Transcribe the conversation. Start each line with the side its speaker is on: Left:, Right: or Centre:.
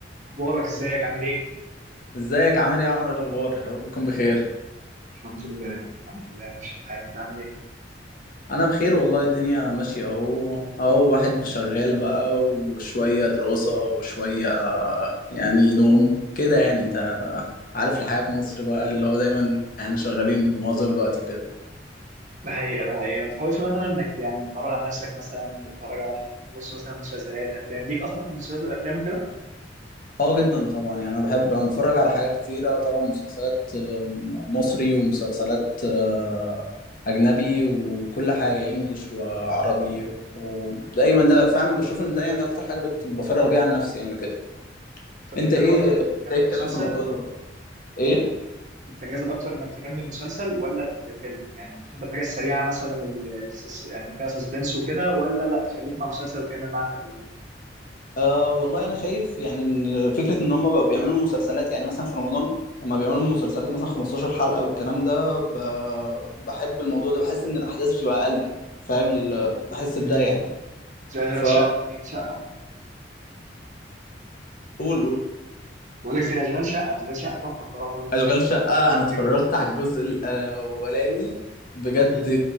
Right: اخبارك ازيك عامل ايه
Left: ازيك عامل ايه يا عمرو ايه الاخبار يا رب تكون بخير
Right: الحمد لله الحمد لله ماشي الحال انت عامل ايه
Left: انا بخير والله الدنيا ماشيه اهو اهو واحد شغال بقى وشويه دراسه وشويه يعني نوم كده يعني انت عارف الحياه في مصر بقى اللي هو دايما احنا شغالين معظم الوقت وكده
Right: ده حقيقة ده حقيقة ما تحاولش مثلا انك يعني تتفرج على نفسك مثلا تتفرج على نص مثلا مسلسلات افلام ليك اصلا في المسلسلات والافلام وكده
Left: اه جدا طبعا يعني انا بحب أنا بتفرج على حاجات كتيره طبعا مسلسلات آه، مصري ومسلسلات آه، اجنبي وكل حاجه انجليش وعربي ودايما ده فعلا بشوف ان ده يعني اكتر حاجه بت- بفرغ بيها عن نفسي يعني وكده
Right: انت بتنجذب
Left: انت ايه
Right: اكتر
Left: انت
Right: انك تكمل
Left: ايه الكلام
Right: مسلسل
Left: في الموضوع ده برضه؟ ايه
Right: بتنجذب اكتر انك تكمل مسلسل ولا ت- فيلم يعني بتحب الحاجة السريعة مثلا ال- السس- يعني فيها سسبنس وكده ولا لا تخليك مع مسلسل وتكمل معاه لحد الاخر
Left: آه والله انا شايف يعني ان فكره ان هم بقوا بيعملوا مسلسلات يعني مثلا في رمضان لما بيعملوا مسلسلات مثلا 15 حلقه والكلام ده ب... بحب الموضوع ده بحس ان الاحداث بتبقى اقل فاهم ال...
Right: مم.
Left: بحس
Right: مم.
Left: بده يعني
Right: زي اشغال
Left: ف
Right: شقة اشغال شقة تحفة
Left: قول قول
Right: بقول لك زي اشغال شقة اشغال شقة تحفة بصراحة لو انت شفته
Left: اشغال شقه
Right: كمل
Left: انا اتفرجت
Right: جدا
Left: على الجزء الاولاني بجد
Right: مم.